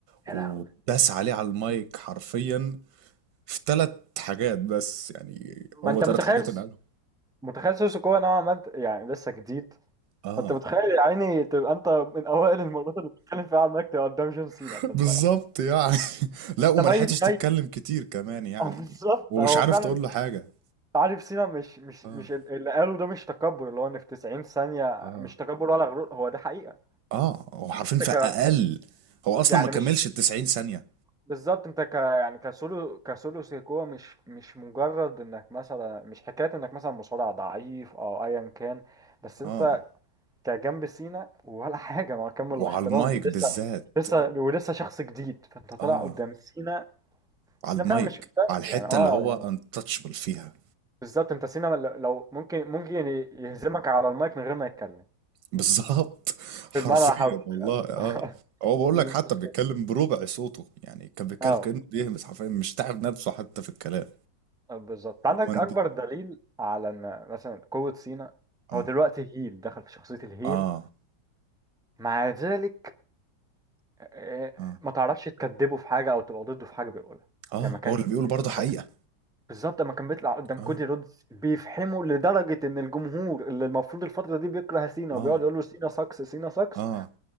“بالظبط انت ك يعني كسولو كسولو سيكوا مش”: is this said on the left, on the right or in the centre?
Centre